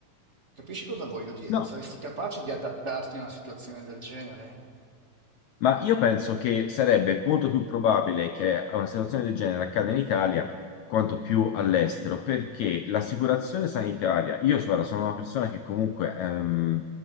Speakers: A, on the right; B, on the left.
A: Capisci cosa voglio dire?
B: No,
A: Saresti capace di adattarti a una situazione del genere?
B: Ma io penso che sarebbe molto più probabile che una situazione del genere accada in Italia quanto più all'estero, perché l'assicurazione sanitaria, io guarda, sono una persona che comunque ehm,